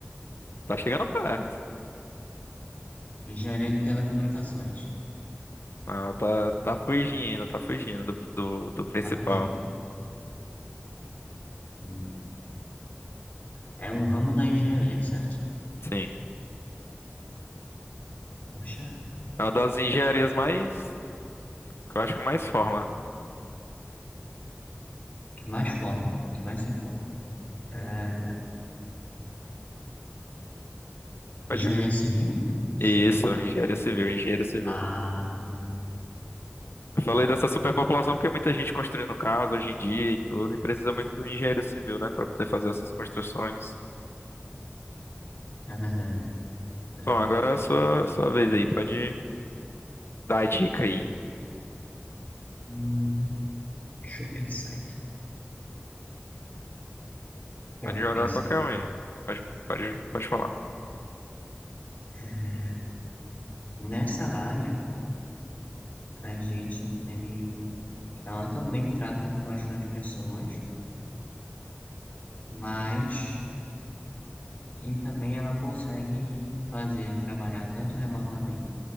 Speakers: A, on the left (about 75°); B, on the left (about 35°).
A: Tá chegando perto.
B: Engenharia de telecomunicações.
A: Não, tá, tá fugindo, tá fugindo do, do do principal.
B: Tá fugindo. Hum. É um ramo da engenharia, certo?
A: Sim.
B: Poxa.
A: É uma das engenharias mais. que eu acho que mais forma.
B: que mais formam, que mais se formam. É,
A: Pode
B: engenharia
A: ver.
B: civil? Isso.
A: Isso, engenharia civil, engenheiro civil.
B: Ah, bom,
A: Eu falei dessa superpopulação porque muita gente construindo casa hoje em dia e tudo, e precisa muito do engenheiro civil, né, Pra poder fazer essas construções.
B: é verdade, é verdade.
A: Bom, agora é a sua, sua vez aí, pode dar a dica aí.
B: Hum, deixa eu pensar aqui. Pronto,
A: Pode jogar
B: pensei.
A: qualquer um aí. Pode, pode, pode falar.
B: É, nessa área, a gente tem. Ela também trata com bastante pessoas, mas. E também ela consegue fazer trabalhar tanto remotamente